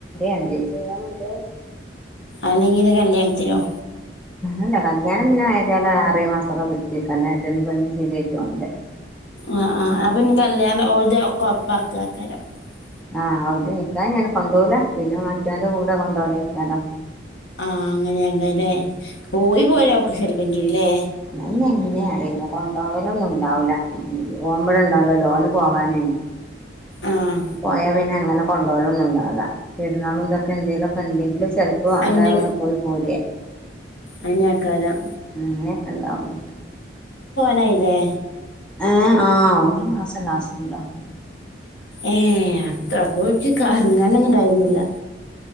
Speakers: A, in the centre; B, on the left (about 80°).
A: എന്തെ ചെയ്യാം നമുക്ക്
B: അല്ലെങ്കിൽ കല്യാണത്തിനോ
A: ആല്ല കല്ലിയാണം പിന്നെ ഏതായാലും ആറേ മാസമൊക്കെ പിടിച്ചിേക്കായിട്ട് പെണ്ണ് ശരിയായിട്ട് വേണ്ട
B: ആ ആ അപ്പൊ കല്യാണം ഓന്റെ നടക്കുവോ പാക്കാ കരം <unintelligible>
A: ആഹ് അത് നിക്കാഹ്‌ ഞാൻ കൊണ്ടപോകല പിന്നെ മച്ചാന്റെ കൂടെ കൊണ്ടപോല നിക്കാലോ
B: ആ അങ്ങനെ അങ്ങനെ പോ <unintelligible> യി പോരാക്കെ ശ എങ്കിലെ
A: അത് എങ്ങനെയാ അറീല്ല പകലൊന്നും ഉണ്ടാവില്ല പോകുമ്പോഴ ഇണ്ടാവലോ ലോന് പോകാനായിന്
B: ആഹ്
A: പോയാ പിന്ന അങ്ങനെ കൊണ്ടുപോലൊന്നുംണ്ടാവില്ല പെരുന്നാളും ഇതൊക്കെ എന്തെങ്ക്ലുമൊക്കെ ഉണ്ടെങ്കില് ചെലപ്പോൾ എല്ലരും
B: എന്തെ
A: ഇങ്ങടെ പോയി പോര
B: അയിനാക്കാരം
A: ഉം <unintelligible> ക്കണ്ടാവ
B: നയ്നെ
A: ഏ ആഹ് ഈ മാസം ലാസ്റ്റ്ല്ലോ
B: ഏ അപ്പോഴേക്ക് കറങ്ങാനൊന്നും ടൈമില്ല